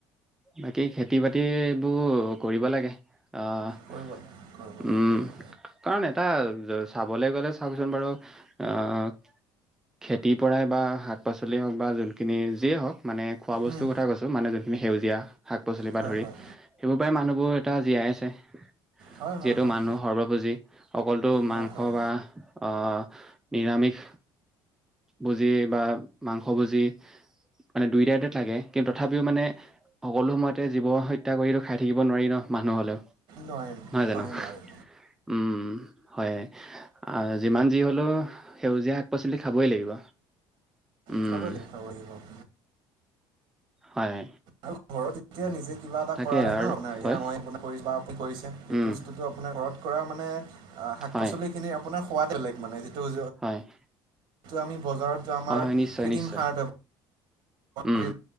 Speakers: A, in the centre; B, on the right (about 60°).
A: বাকী খেতি বাতিবোৰ কৰিব লাগে। অ'
B: কৰিব কৰিব লাগে
A: উম।
B: কৰিব লাগে
A: কাৰণ এটা চাবলৈ গ'লে চাওকচোন বাৰু আহ খেতিৰ পৰাই বা শাক পাচলি হওঁক বা যোন কিনি যিয়ে হওঁক, মানে খোৱা বস্তুৰ
B: উম,
A: কথা কৈছোঁ মানে যোনখিনি সেউজীয়া শাক পাচলি
B: হয়
A: পৰা ধৰি
B: হয়
A: সেইবোৰ পৰাই মানুহবোৰ এতিয়া জীয়াই আছে।
B: হয়
A: যিহেতু
B: হয় হয়
A: মানুহ সৰ্বভোজি, অকলতো মাংস
B: হয় হয়
A: বা অ' নিৰামিষ ভোজি বা, মাংস ভোজি মানে দুইটাতে থাকে কিন্তু তথাপিও মানে সকলো সময়তে জীৱ হত হত্যা কৰিটো খাই থাকিব নোৱাৰি ন' মানুহ হ'লেও
B: নোৱাৰিম
A: নহয় জানো।
B: নোৱাৰিম নোৱাৰিম
A: উম, হয় আ, যিমান যি হ'লেও সেউজীয়া শাক পাচলি খাবই লাগিব। উম
B: খাবই লাগিব, খাবই লাগিব।
A: হয়।
B: আৰু ঘৰতে এতিয়া নিজে কিবা এটা
A: তাকে
B: কৰা নাই
A: আৰু
B: ন' আপোনাৰ, এতিয়া
A: হয়
B: মই <unintelligible> কৰিছোঁ বা আপুনি কৰিছে, সেইটো
A: উম
B: বস্তুতটো আপোনাৰ ঘৰত কৰা মানে আহ, শাক
A: হয়
B: পাচলিখিনি আপোনাৰ সোৱাদ বেলেগ মানে যিটো
A: হয়।
B: যিটো আমি বজাৰত আমাৰ
A: হয় হয়
B: কৃতিম
A: নিশ্চয় নিশ্চয়
B: সাৰ ব্যৱহাৰ
A: উম।
B: কৰি